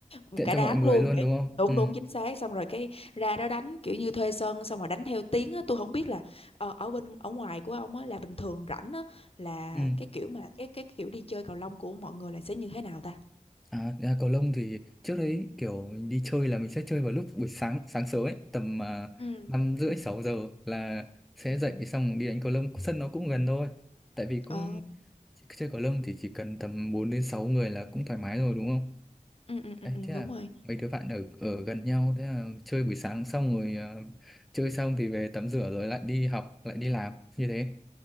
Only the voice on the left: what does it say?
ừ,
cả
đám
luôn
để
đúng
đúng chính xác xong rồi cái ra đó đánh kiểu như thuê sân xong rồi đánh theo tiếng á tôi không biết là ờ, ở bên ở ngoài của ông á là bình thường rảnh á là
cái kiểu mà cái cái kiểu đi chơi cầu lông của mọi người là sẽ như thế nào ta
Ừ.
Ừ.
ờ
ừ, ừ, ừ,
ừ,
đúng rồi